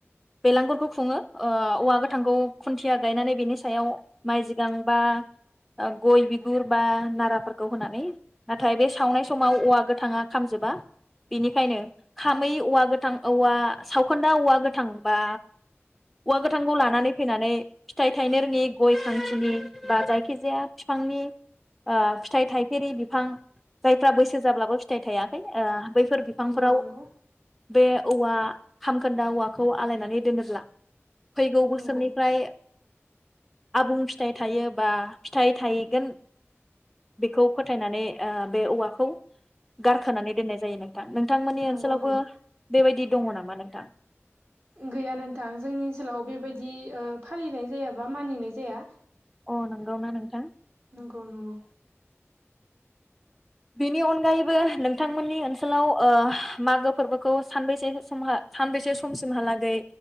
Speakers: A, in the centre; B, on the right (about 50°).
A: बेलांगुरखौ खुङो ओ औवा गोथांखौ खुन्थिया गायनानै बेनि सायाव माइ जिगां बा गय बिगुर बा नाराफोरखौ होनानै नाथाय बे सावनाय समाव औवा गोथाङा खामजोबा बेनिखायनो खामै औवा गोथां औवा सावखोन्दा औवा गोथां बा औवा गोथांखौ लानानै फैनानै फिथाइ थायनो रोङि गय खांथिनि बा जायखि खिजाया फिफांनि फिथाइ ओ थाइफेरे बिफां जायफ्रा बैसो जाब्लाबो फिथाइ थायाखै ओ बै फोर बिफांफोराव
B: नंगौ नंगौ
A: बे औवा खामखोन्दा औवाखौ आलायनानै दोनोब्ला फैगौ बोसोरनिफ्राय
B: नंगौ
A: आबुं फिथाइ थायो बा फिथाइ थायगोन बेखौ फोथायनानै ओ बे औवाखौ गारखोनानै दोननाय जायो नों थां नोंथांमोननि
B: नंगौ
A: ओनसोलावबो
B: नामा
A: बेबायदि दङ नामा? मा नोंथां?
B: गैया नोंथां जोंनि ओनसोलाव बेबायदि ओ फालिनाय जाया बा मानिनाय जाया।
A: अ नंगौना नोंथां?
B: नंगौ नंगौ
A: बेनि अनगायैबो नोंथांमोननि ओनसोलाव ओ मागो फोर्बोखौ सानबैसे समहा सानबैसे समसिमहालागै